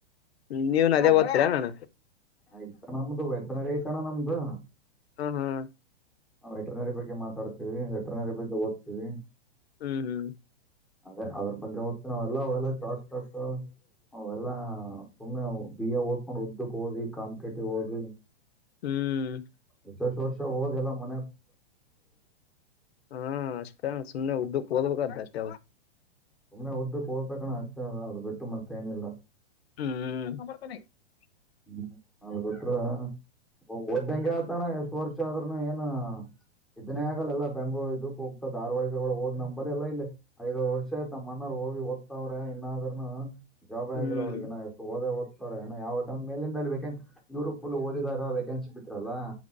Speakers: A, on the left; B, in the centre.
A: ್ಮ ನೀವ್ ನ ಅದೇ ಓದ್ತೀರಾಣಣ
B: ಆಯ್ತ ನಮ್ದು ವೆಟ್ರನರಿ ಆಐ್ತಣ ನಮ್ದು
A: ಹ ಹಾ
B: ವೆಟನರಿ ಬಗ್ ಮಾತಾಡ್ತಿೀವಿ ವಟ್ರನರಿ ಬಗ್ಗೆ ಹೋಗ್ತೀವಿ
A: ಹ್ಮ್ ಹ್ಮ್
B: ಅದೇ ಅವ ಬಂದ್ರೆ ಮತ್ತ ನಾವೆಲ್ಲ ಅವೆಲ್ಲ ಶಾರ್ಟ್ ಕಟ್ ಅವೆಲ್ಲಾ ಸುಮ್ಮನೆ ಬಿಯ ಓದಕೊಂಡ್ ಉದ್ದಕ್ ಓದಿ ಕತಿ ಹೋಗ ನೀ
A: ಹ್ಮ್
B: ವಿಶೇಷ ವರ್ಷ ಅವ ಲ್ಲ ಮ
A: ಹಾ ಅಷ್ಟೇ ಸುಮ್ಮ್ನೆ ಉದ್ದಕ್ ಹಓದ್ಬೇಕ ಅಷ್ಟ
B: ಸುಮ್ನೆ ಒದ್ದು ಹೋಗಬೇಕಣ ಅಷ್ಟೇ ಬಿಟ್ಟು ಮತ್ತೆೇಏನಿಲ್ಲ
A: ಹ್ಮ್
B: ಹ್ಮ ಅ ಓದ್ದಂಂಗಗೆ ಆತಣ ಎಷ್ಟ ವರ್ಷ ಆದ್ರನು ಏನ ಇದನೇ ಆಗಲ್ಲ ಎಲ್ಲ ಬೆಂಗ್ಗಳೂರು ಇದದು ಕೋಗಗ್ತಾ ಧಾರವಾಡಿದರುೂಡ ಹೋಗಿ ನಂಬದ ಎಲ್ಲ ಇಲ್ಲಿ ಐದ್ ವರ್ಷ ಆಯ್ತ ಮ್ಣ ಹೋಗಿ ಒ ಅವ್ರ ಇನ್ನಾದ್ರನು ಜಾಬ್
A: ಹ್ಮ್
B: ಆಗಿಲ್ಲ ಅವಗಿನ ಎಷ್ಟು ಹೋದೇ ಹದ ರ ಯಾವ ನಮ್ಮ ಮೇಲಿಂದ ಅಲ್ಲಿಬೇಕೆನ್ ಇವರು ಫುಲ್ ಓದಿದಾಗ ವೆೇಕೆನ್ಸಿ ಬಿಟ್ರಲ್ಲ